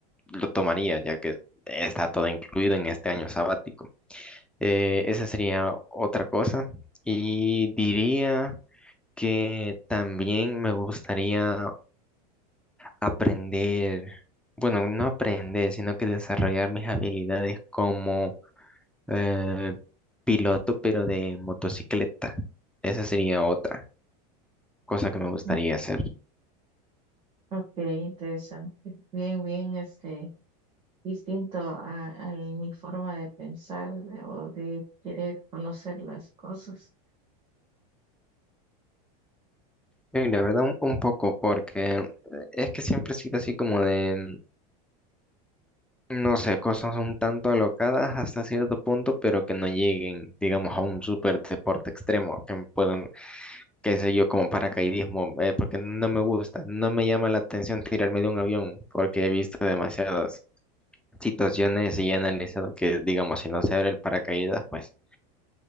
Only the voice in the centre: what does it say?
lo tomaría, ya que está todo incluido en este año sabático. Eh, esa sería otra cosa. Y diría que también me gustaría aprender, bueno, no aprender, sino que desarrollar mis habilidades como eh, piloto, pero de motocicleta. Esa sería otra cosa que me gustaría
hacer.
Y la verdad, un, un poco, porque eh, es que siempre he sido así como de No sé, cosas un tanto alocadas hasta cierto punto, pero que no lleguen, digamos, a un super deporte extremo, que puedan, qué sé yo, como paracaidismo, eh, porque no me gusta, no me llama la atención tirarme de un avión, porque he visto demasiadas situaciones y he analizado que, digamos, si no se abre el paracaídas, pues